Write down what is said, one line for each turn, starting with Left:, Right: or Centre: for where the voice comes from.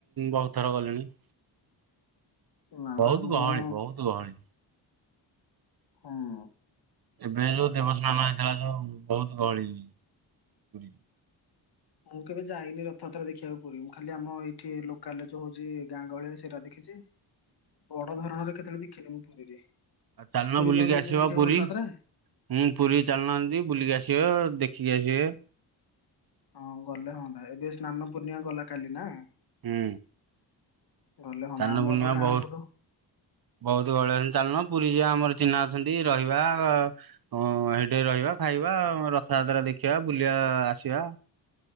Right: ବହୁତ ଥର ଗଲିଣି।
Left: ନାପା
Right: ବହୁତ
Left: ମୁଁ
Right: ଗହଳି ବହୁତ ଗହଳି।
Left: ହୁଁ।
Right: ଏବେ ଯୋଉ ଦେବସ୍ନାନ ହେଇଥିଲା ଯୋଉ ବହୁତ ଗହଳି ପୁରୀ
Left: ମୁଁ କେବେ ଯାଇନି ରଥଯାତ୍ରା ଦେଖିବାକୁ ପୁରୀ ଖାଲି ଆମ ଏଇଠି ଲୋକାଲ ଯୋଉ ହଉଛି ଗାଁ ଗହଳି ସେଟା ଦେଖ ଦେଛି ବଡ ଧରଣରେ କେତେବେଳେ ଦେଖିନି ମୁଁ ପୁରୀରେ।
Right: ଆଉ ଚାଲନା
Left: ପୁରୀ
Right: ବୁଲିକି
Left: ତମେ ଯାଇଛ
Right: ଆସିବା
Left: ଦେଖିବାକୁ
Right: ପୁରୀ
Left: ରଥଯାତ୍ରା?
Right: ହୁଁ ପୁରୀ ଚାଲନାହାନ୍ତି। ବୁଲିକି ଆସିବେ ଦେଖିକି ଆସିବେ।
Left: ହଁ ଗଲେ ହୁନ୍ତା ଏବେ ସ୍ନାନ ପୂର୍ଣ୍ଣିମା ଗଲା କାଲି ନା।
Right: ହୁଁ।
Left: ଗଲେ ହଅନ୍ତା
Right: ଚାଲନ
Left: ଆମର
Right: ପୂର୍ଣ୍ଣିମା
Left: ତ ଗାଁ
Right: ବହୁତ
Left: ପଟୁ
Right: ବହୁତ ଗହଳି ଅଛନ୍ତି ଚାଲୁନ ରେ ଆମର ଚିହ୍ନା ଅଛନ୍ତି ରହିବା ଆ ଅଁ ସେଠେ ରହିବା ଖାଇବା ରଥଯାତ୍ରା ଦେଖି ଦେଖିବା ବୁଲିବା ଆସିବା।